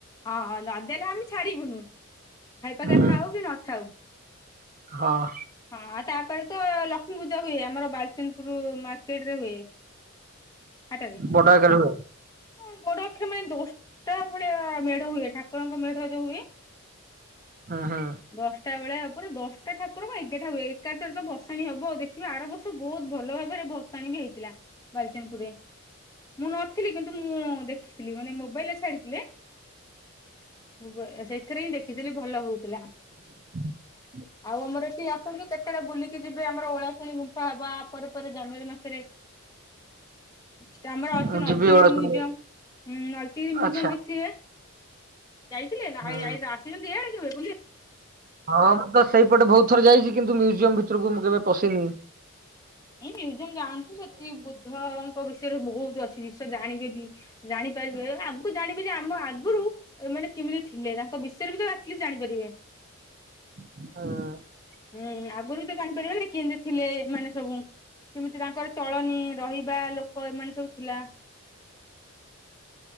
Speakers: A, on the left (about 15°); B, on the right (about 40°).
A: ହଁ ନଦେଲେ ଆମେ ଛାଡିବୁନୁ। ଭାଇ ପାଖେ
B: ହୁଁ
A: ଥାଉ କି ନଥାଉ।
B: ହଁ
A: ହଁ ତାପରେ ତ ଲକ୍ଷ୍ମୀ ପୂଜା ହୁଏ ଆମର ବାଲଚାନ୍ଦପୁର ମାର୍କେଟ ରେ ହୁଏ। ହାଟରେ
B: ବଡ ଆକାରେ ହୁଏ।
A: ହଁ ବଡ ଆକ୍ଷେରେ ମାନେ ଦଶଟା ଭଳିଆ ମେଢ ହୁଏ ଠାକୁରଙ୍କ ମେଢ ଯୋଉ ହୁଏ।
B: ହୁଁ ହୁଁ
A: ଦଶଟା ଭଳିଆ। ପୁରା ଦଶଟା ଠାକୁର କଣ ଏଗାରେଟା ହୁଏ ଏକାଥରେ ତ ଭସାଣି ହବ ଆଉ ଦେଖିବ ଆର ବର୍ଷ ବହୁତ ଭଲ ଭାବରେ ଭସାଣୀ ବି ହେଇଥିଲା ବାଲଚାନ୍ଦପୁରରେ। ମୁଁ ନଥିଲି କିନ୍ତୁ ମୁଁ ଦେଖିଥିଲି ମାନେ ମୋବାଇଲ ରେ ଛାଡିଥିଲେ ମୋବା ଏ ସେଥିରେ ହିଁ ଦେ ଥିଲି ଭଲ ହଉଥିଲା।
B: ହ
A: ଆଉ ଆମର ଏଠି ଆସନ୍ତୁ କେତେବେଳେ ବୁଲିକି ଯିବେ? ଆମର ଓଳାଶୁଣି ଗୁମ୍ଫା ବା ପରେ ପରେ ଜାନୁଆରୀ ମାସରେ <unintelligible> ଅଛି
B: ମୁଁ
A: ନ ଲଳିତଗିରି
B: ଯିବି ଏଗୁଡା ସବୁ
A: ମ୍ୟୁଜିୟମ୍, ଲଳିତଗିରି ମ୍ୟୁଜିୟମ୍
B: ଆଚ୍ଛା
A: ଦେଖିଥିବେ? ଯାଇଥିଲେ ନା
B: ହୁଁ
A: ଆଇ - ଆଇ - ଆସିନାହାନ୍ତି, ଇଆଡ଼େ କେବେ ବୁଲି?
B: ହଁ ମୁଁ ତ ସେଇପଟେ ବହୁତ ଥର ଯାଇଛି, କିନ୍ତୁ ମ୍ୟୁଜିୟମ ଭିତରକୁ ମୁଁ କେବେ ପସିନି।
A: ଏ ମ୍ୟୁଜିୟମ ଯାଆନ୍ତୁ, ସେଠି ବୁଦ୍ଧଙ୍କ ବିଷୟରେ ବହୁତ ଅ <unintelligible> ଜିନିଷ ଜାଣିବେ ବି ଜାଣିପାରିବେ, ଆଗକୁ ଜାଣିବେ ଯେ ଆମ ଆଗରୁ ଏମାନେ କେମିତି ଥିଲେ? ତାଙ୍କ ବିଷୟରେ ବି ତ ଆଟଲିଷ୍ଟ ଜାଣିପାରିବେ।
B: ହଁ।
A: ହୁଁ ଆଗରୁ ବି ତ ଜାଣିପାରିବେ ନା କେମିତି ଥିଲେ ଏମାନେ ସବୁ, କେମିତି ତାଙ୍କର ଚଳନୀ? ରହିବା ଲୋକ ଏମାନେ ସବୁ ଥିଲା।